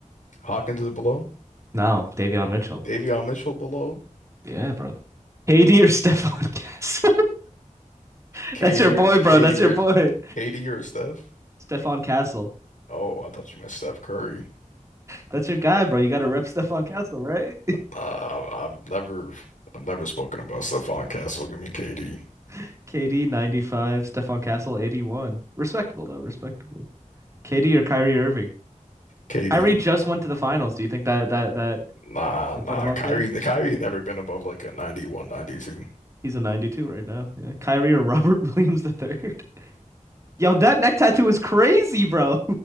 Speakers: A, on the left (about 70°); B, on the right (about 20°).
A: Hawkins is below.
B: No, Davion Mitchell.
A: Davion Mitchell below.
B: Yeah, bro. KD or Stephon Castle? <laughs>
A: KD
B: That's your
A: your
B: boy, bro.
A: KD
B: That's
A: your
B: your boy.
A: KD your Steph.
B: Stephon Castle.
A: Oh, I thought you meant Steph Curry.
B: That's your guy, bro. You gotta rep Stephon Castle, right?
A: Uh, I've I've never I've never spoken about Stephon Castle. Give me KD.
B: <laughs> KD 95, Stephon Castle 81. Respectable though, respectable. KD or Kyrie Irving?
A: KD.
B: Kyrie just went to the finals. Do you think that that that
A: Nah,
B: I put
A: nah.
B: him up
A: Kyrie,
B: there?
A: Kyrie never been above like a 91, 92.
B: He's a 92 right now. Yeah. Kyrie or <laughs> Robert Williams the third. Yo, that neck tattoo is crazy, bro.